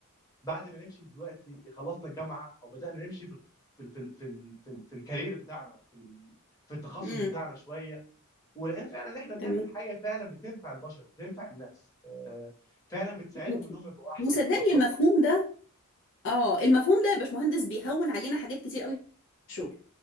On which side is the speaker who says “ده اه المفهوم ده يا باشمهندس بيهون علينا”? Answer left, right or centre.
Left